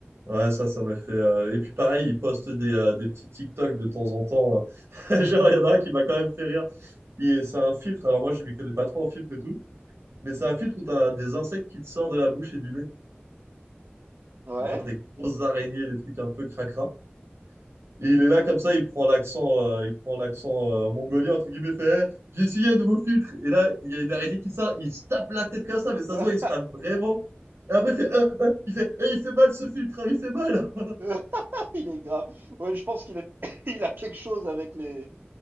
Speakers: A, on the right (about 80°); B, on the right (about 60°).
A: Ouais, ça, ça m'a fait. euh, Et puis, pareil, il poste des, euh, des petits TikTok de temps en temps. euh. <laughs> Genre, il y en a un qui m'a quand même fait rire. Et C'est un filtre. Alors, moi, je m'y connais pas trop en filtre et tout. Mais c'est un filtre où tu as des insectes qui te sortent de la bouche et du nez.
B: ouais.
A: Genre, des grosses araignées, des trucs un peu cracra. Et il est là comme ça, il prend l'accent, euh, il prend l'accent euh, mongolien entre guillemets, fait Eh, j'ai essayé un nouveau filtre. Et là, il y a une araignée qui sort, il se tape la tête comme ça, mais ça
B: Ouais?
A: se voit, il se tape vraiment. Et après, il fait, Ah, ah il fait, Eh, il fait mal ce filtre, hein, il fait mal. <laughs>
B: <laughs> Il est grave. Ouais, je pense qu'il aime- <laughs> il a quelque chose avec les,